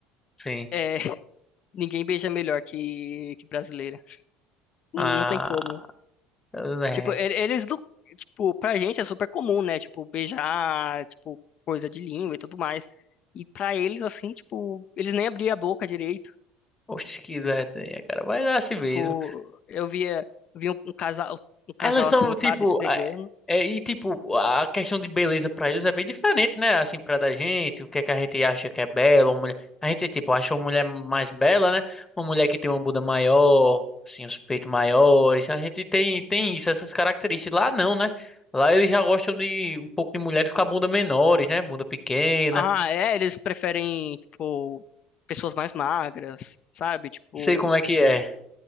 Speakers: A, on the left; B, on the left.
A: Sim.
B: é, <laughs> ninguém beija melhor que, que brasileira. Não,
A: Ah,
B: não tem como.
A: é.
B: Tipo, e- eles do. Tipo, pra gente é super comum, né? Tipo, beijar, tipo, coisa de língua e tudo mais. E pra eles, assim, tipo, eles nem abriam a boca direito.
A: Oxe, que ideia, cara. Vai lá se ver.
B: Tipo,
A: né?
B: eu via, via um, um casal, um casal
A: Elas são
B: assim, sabe,
A: tipo.
B: se pegando.
A: a- é, e tipo, a questão de beleza pra eles é bem diferente, né? Assim, pra da gente, o que é que a gente acha que é bela, uma mulher. A gente, tipo, acha uma mulher mais bela, né? Uma mulher que tem uma bunda maior, assim, os peitos maiores. A gente tem, tem isso, essas características. Lá não, né? Lá eles já gostam de um pouco de mulheres com a bunda menores, né? Bunda pequena.
B: Ah, é, eles preferem, tipo, pessoas mais magras, sabe? Tipo,
A: sei como é que é.